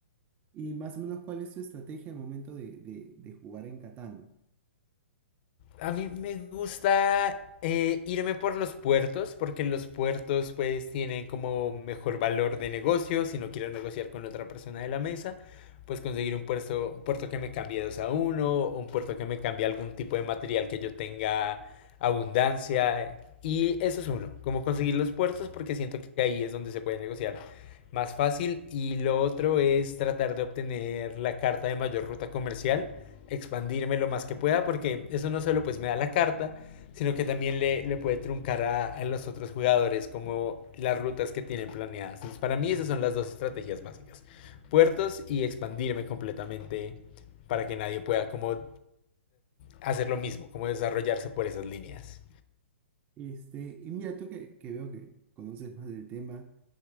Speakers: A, on the right; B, on the left.
A: Y más o menos, ¿cuál es tu estrategia al momento de, de- de jugar en Catán?
B: A mí me gusta eh, irme por los puertos, porque en los puertos pues tienen como mejor valor de negocio. Si no quiero negociar con otra persona de la mesa, pues conseguir un puerto, un puerto que me cambie dos a uno, o un puerto que me cambie algún tipo de material que yo tenga abundancia. eh, Y eso es uno, como conseguir los puertos, porque siento que ahí es donde se puede negociar más fácil. Y lo otro es tratar de obtener la carta de mayor ruta comercial expandirme lo más que pueda porque eso no solo pues me da la carta, sino que también le, le puede truncar a, a, los otros jugadores como las rutas que tienen planeadas. Entonces, para mí esas son las dos estrategias básicas. Puertos y expandirme completamente para que nadie pueda como hacer lo mismo, como desarrollarse por esas líneas.
A: Este, y mira, tú que, que veo que conoces más del tema,